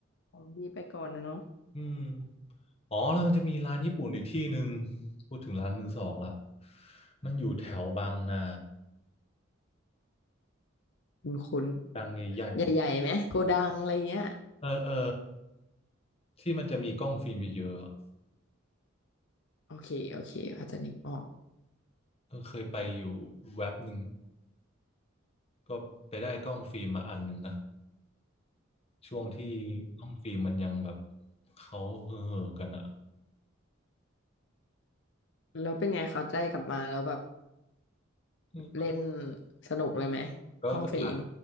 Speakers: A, on the left; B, on the left.
A: ของดีไปก่อนนะเนาะ
B: อืมอ๋อแล้วมันจะมีร้านญี่ปุ่นอีกที่หนึ่งพูดถึงร้านมือสองละมันอยู่แถวบางนา
A: คุณคุณ
B: บางใหญ่
A: ใหญ่ๆไหมโกดังอะไรเงี้ย
B: ๆเออเออที่มันจะมีกล้องฟิล์มเยอะๆอะ
A: โอเคโอเคเขาใจะนึกออก
B: เออเคยไปอยู่แว็บหนึ่งก็ไปได้กล้องฟิล์มมาอันหนึ่งนะช่วงที่กล้องฟิล์มมันยังแบบเขาเห่อๆกันอะ
A: แล้วเป็นไงเขาได้กลับมาแล้วแบบ
B: อืม
A: เล่นสนุกเลยไหมกล้องฟิล์ม
B: ก็ก็ถ่าย